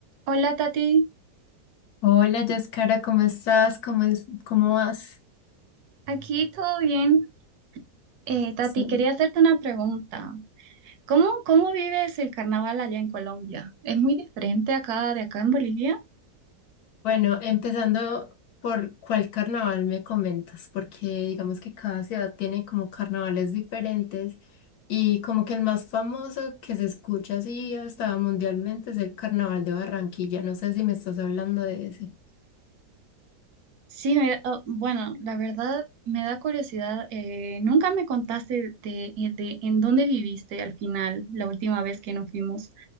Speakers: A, on the right (about 70°); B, on the left (about 70°).
A: Hola Tati,
B: Hola, Yaskara, ¿cómo estás? ¿Cómo es, cómo vas?
A: aquí todo bien. Eh, Tati,
B: Sí.
A: quería hacerte una pregunta. ¿Cómo, cómo vives el carnaval allá en Colombia? ¿Es muy diferente acá de acá en Bolivia?
B: Bueno, empezando por cuál carnaval me comentas, porque digamos que cada ciudad tiene como carnavales diferentes y como que el más famoso que se escucha así hasta mundialmente es el Carnaval de Barranquilla. No sé si me estás hablando de ese.
A: Sí, me- oh, bueno, la verdad me da curiosidad. eh, nunca me contaste de, de en dónde viviste al final, la última vez que nos fuimos.